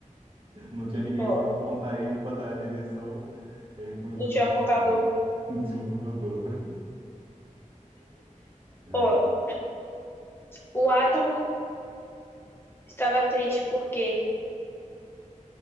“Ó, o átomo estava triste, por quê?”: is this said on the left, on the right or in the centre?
Left